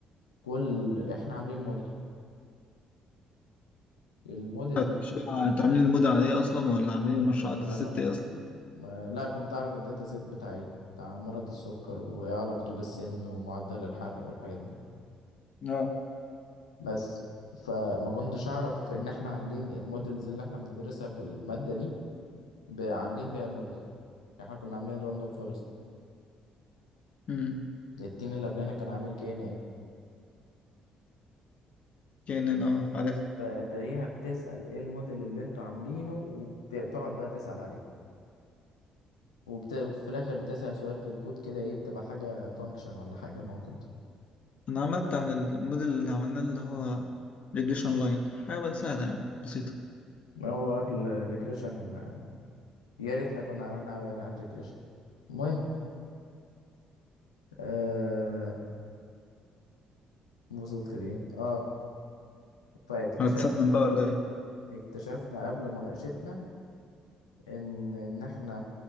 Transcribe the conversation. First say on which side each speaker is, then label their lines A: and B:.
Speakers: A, on the left; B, on the left.
A: كل إحنا عاملين موديل الموديل
B: طب
A: ده
B: المشروع- انتوا عاملين المود على ايه اصلا ولا عاملين المشروع على داتا
A: أنا
B: ست
A: ما,
B: ايه اصلا؟
A: ما لا كنت أعرف الداتا سيت بتاع إيه بتاع مرض السكر وإيه علاقته بالسن ومعدل الحرق والحاجات دي
B: اه
A: بس فما كنتش أعرف إن إحنا عاملين الموديلز اللي إحنا بندرسها في المادة دي ب- عاملين بيها الموديل احنا كنا عاملين راندوم فورست
B: امم
A: التيم اللي قبلنا كان عامل كي ان ان
B: كان اه عارف
A: فتقريبا بتسأل ايه الموديل اللي انتوا عاملينه وبتقعد بقى تسأل عليه وبت... في الاخر بتسأل سؤال في الكود كده ايه بتبقى حاجة فانكشن ولا حاجة موجودة
B: انا عملت على الموديل اللي عملناه اللي هو ريجريشن لاين حاجه بقى سهله يعني بسيطه
A: هو الريجريشن يا ريتنا كنا عملنا على الريجريشن المهم آه... وصلت ليه اه فاكتشفنا
B: هتسلم بقى ولا ايه
A: اكتشفنا قبل مناقشتنا ان ان احنا